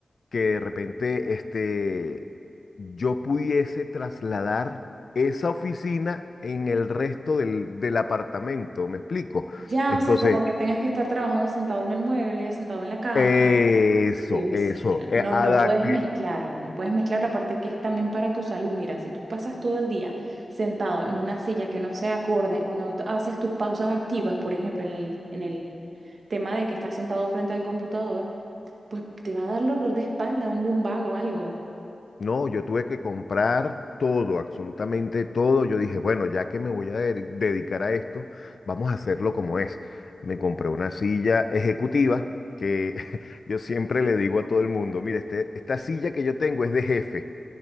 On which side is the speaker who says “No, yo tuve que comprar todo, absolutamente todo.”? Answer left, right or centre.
Left